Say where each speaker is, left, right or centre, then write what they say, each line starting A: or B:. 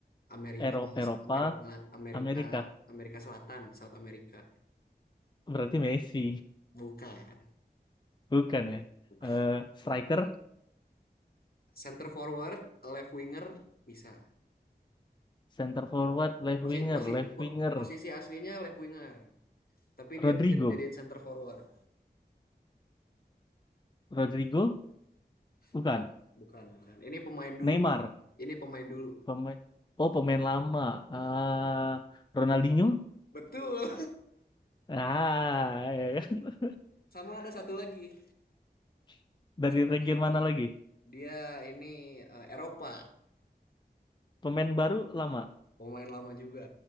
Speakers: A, on the left (about 60°); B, on the left (about 25°).
A: Amerika,
B: Ero Eropa,
A: Amerika, Lat- Amerika,
B: Amerika.
A: Amerika Selatan, South America.
B: Berarti Messi.
A: Bukan,
B: <laughs> Bukan ya.
A: bukan.
B: Eh, striker,
A: Center forward, left winger bisa.
B: center forward, left winger,
A: Posi, posi,
B: left winger.
A: posisi aslinya left winger. Tapi dia
B: Rodrigo.
A: bisa dijadiin center forward.
B: Rodrigo? Bukan.
A: Bukan, bukan, bukan. Ini pemain dulu.
B: Neymar.
A: Ini pemain dulu.
B: Pemain. Oh, pemain lama.
A: Hmm.
B: Ah, Ronaldinho?
A: Betul.
B: Ah, ya. kan?
A: Sama ada satu lagi.
B: <laughs> Dari
A: Sama
B: region
A: ada satu
B: mana
A: lagi.
B: lagi?
A: Dia ini eh, Eropa,
B: Pemain baru lama.
A: pemain lama juga.